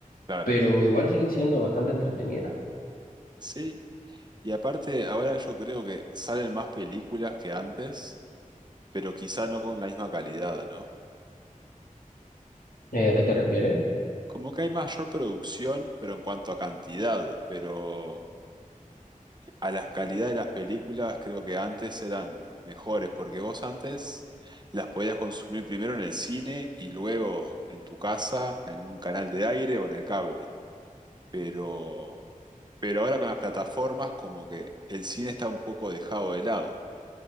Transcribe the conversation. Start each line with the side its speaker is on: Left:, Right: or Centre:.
Right: Claro.
Left: pero igual siguen siendo bastante entretenidas.
Right: Sí, y aparte ahora yo creo que salen más películas que antes, pero quizá no con la misma calidad, ¿no?
Left: Eh, ¿a qué te refieres?
Right: Como que hay mayor producción, pero en cuanto a cantidad, pero a la calidad de las películas creo que antes eran mejores, porque vos antes las podías consumir primero en el cine y luego en tu casa, en un canal de aire o en el cable. pero, pero ahora con las plataformas como que el cine está un poco dejado de lado